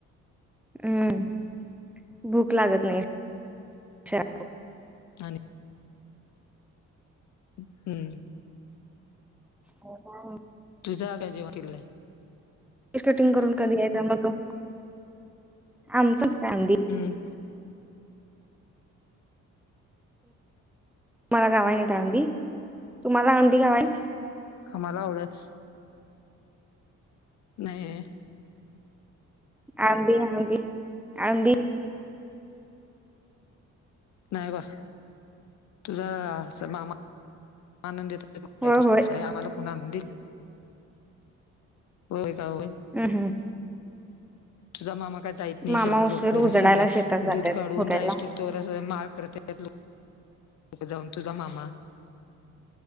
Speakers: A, in the centre; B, on the left (about 65°).
A: हम्म भूक लागत नाही शहरात.
B: आणि हम्म
A: हो
B: तुझं काय जेव्हा आहे
A: कटिंग करून कधी यायचं आम त आमचच का आंडी
B: हम्म
A: मला गावा आहे नाहीत आळंदी तुम्हाला आळंदी गाव आहे
B: ह मला आवडत नाही
A: आमबी आबी आंबी
B: नाही बा तुझा मामा न
A: होय होय
B: आम्हाला पुन आणंदील होय का होय
A: हम हं
B: तुझा मामा काय जायत नाही
A: मामा
B: शिला लवकर
A: उशीर उजडायला
B: संध्या
A: शेतात जातात
B: दूध काढून
A: हुडायला
B: जायचस तर चोरास माळ करत जाऊन तुझा मामा